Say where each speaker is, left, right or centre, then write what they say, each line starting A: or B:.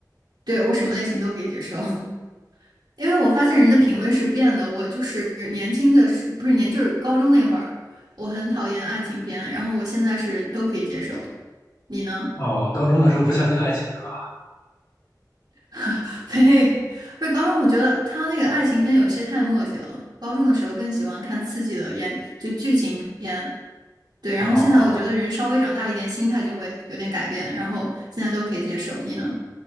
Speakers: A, on the right; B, on the left.
A: 对，我什么类型都可以接受，<laughs> 因为我发现人的品味是变的。我就是年轻的时，不是年，就是高中那会儿，我很讨厌爱情片，然后我现在是都可以接受。你呢？
B: 哦，高中的时候不相信爱情是吧？
A: <laughs> 呸，不是高中，我觉得他那个爱情片有些太墨迹了。高中的时候更喜欢看刺激的演，就剧情片。对，然后现在我觉得人稍微长大一点，
B: 哦
A: 心态就会有点改变，然后现在都可以接受。你呢？